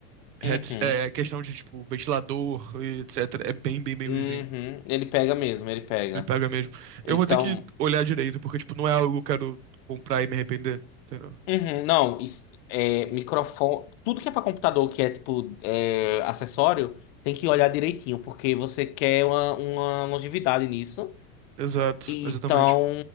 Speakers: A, on the right; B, on the left.
A: Heads,
B: Uhum.
A: é questão de, tipo, ventilador e etc. É bem, bem, bem
B: Uhum.
A: ruinzinho.
B: Ele pega mesmo, ele pega.
A: Ele pega mesmo. Eu
B: Então,
A: vou ter que olhar direito, porque, tipo, não é algo que eu quero comprar e me arrepender. Entendeu?
B: uhum, não, isso, é, microfone. Tudo que é pra computador, que é, tipo, é, acessório, tem que olhar direitinho, porque você quer uma, uma longevidade nisso.
A: Exato,
B: Então,
A: exatamente.